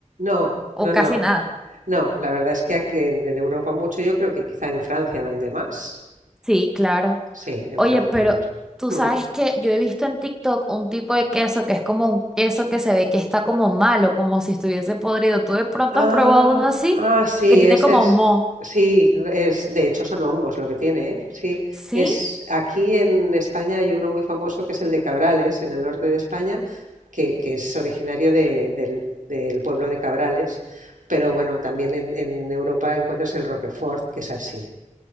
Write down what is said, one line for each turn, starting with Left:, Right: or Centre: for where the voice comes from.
Right: No,
Centre: o
Right: no, no.
Centre: casi nada.
Right: No, la verdad es que aquí en, en Europa mucho, yo creo que quizá en Francia donde más.
Centre: Sí, claro.
Right: Sí, en
Centre: Oye,
Right: Francia
Centre: pero
Right: mucho.
Centre: tú
Right: <laughs>
Centre: sabes que yo he visto en TikTok un tipo de queso que es como un queso que se ve que está como malo, como si estuviese podrido. ¿Tú de pronto
Right: Ah,
Centre: has probado uno así?
Right: ah, sí,
Centre: Que tiene
Right: ese
Centre: como
Right: es,
Centre: moho.
Right: sí, es, de hecho son hongos lo que tiene, ¿eh? Sí,
Centre: ¿Sí?
Right: es, aquí en España hay uno muy famoso que es el de Cabrales, en el norte de España, que, que es originario de- del, del pueblo de Cabrales, pero bueno, también en, en Europa encuentras el Roquefort, que es así,